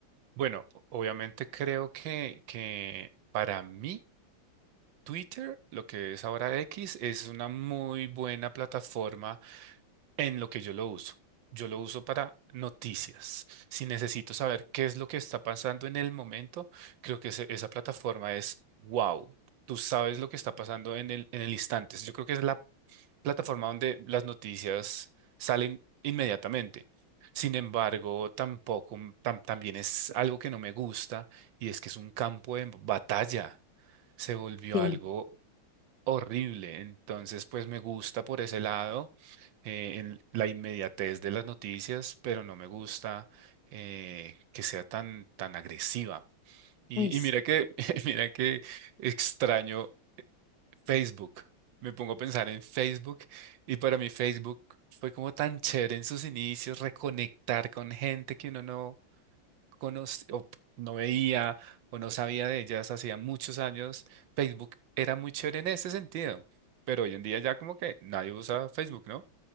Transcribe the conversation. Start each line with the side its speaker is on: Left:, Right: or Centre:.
Right: Bueno, o- obviamente creo que, que para mí Twitter, lo que es ahora X, es una muy buena plataforma en lo que yo lo uso. Yo lo uso para noticias. Si necesito saber qué es lo que está pasando en el momento, creo que ese- esa plataforma es wow. Tú sabes lo que está pasando en el, en el instante. Yo creo que es la plataforma donde las noticias salen inmediatamente. Sin embargo, tampoco, tam- también es algo que no me gusta y es que es un campo de batalla. Se volvió
Left: Sí.
Right: algo horrible. Entonces, pues me gusta por ese lado eh, en la inmediatez de las noticias, pero no me gusta eh, que sea tan, tan agresiva. Y,
Left: Uy, sí.
Right: y mira que, <laughs> mira que extraño Facebook. Me pongo a pensar en Facebook y para mí Facebook fue como tan chévere en sus inicios, reconectar con gente que uno no conoce o p- no veía o no sabía de ellas hacía muchos años. Facebook era muy chévere en ese sentido, pero hoy en día ya como que nadie usa Facebook, ¿no?